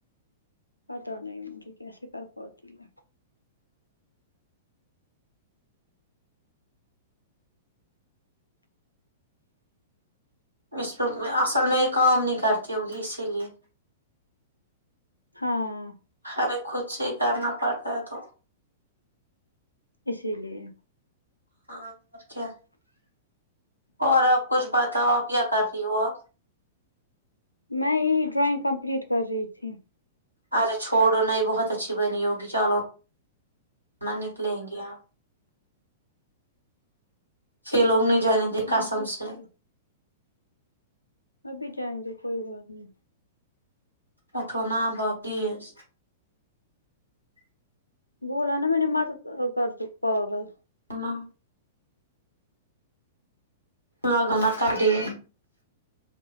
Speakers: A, on the left; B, on the right.
A: پتا نہیں مجھے کیسے کر پاتی ہے
B: اس پ اصل میں یہ کام نہیں کرتی ہوں گی اسی لیے
A: ہاں
B: ہر ایک خود سے ہی کرنا پڑتا ہے تو
A: اسی لیے
B: ہاں اچھا اور آپ کچھ بتاؤ آپ کیا کر رہی ہو اب
A: میں یہی ڈرائنگ کمپلیٹ کر رہی تھی
B: اچھا چھوڑو نہ ہی بہت اچھی بنی ہوگی چلو نا نکلیں گے آپ چھ لوگ نے جانے دے
A: ہاں
B: قسم
A: بھی
B: سے
A: جائیں گے ابھی جائیں گے کوئی بات نہیں
B: اٹھو نا ابا پلیز
A: بولا نا میں نے مت کر تو پاگل
B: انو لگنا کر دییے